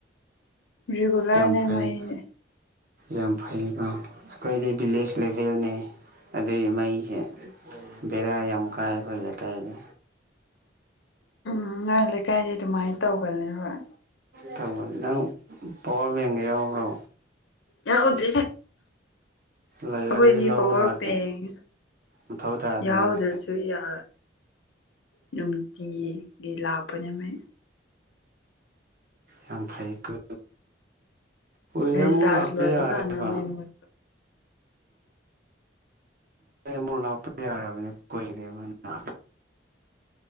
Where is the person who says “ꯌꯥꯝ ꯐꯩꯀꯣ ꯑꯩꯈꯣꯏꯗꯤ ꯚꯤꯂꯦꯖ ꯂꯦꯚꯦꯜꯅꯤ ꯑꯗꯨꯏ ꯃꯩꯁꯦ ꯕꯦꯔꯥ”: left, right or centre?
Right